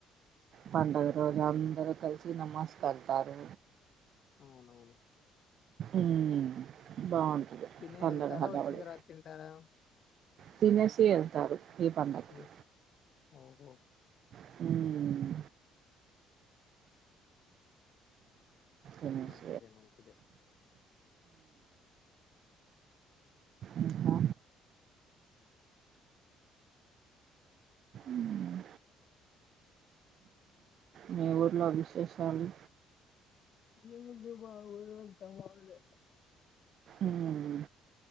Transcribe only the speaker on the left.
అవునవును
తినే
వెళ్తారా
వచ్చిన తర్వాత తింటారా
మ్మ్ ఓహో
మంచిదే మంచిదే
ఏంది మా ఊర్లో అంతా మామూలు లే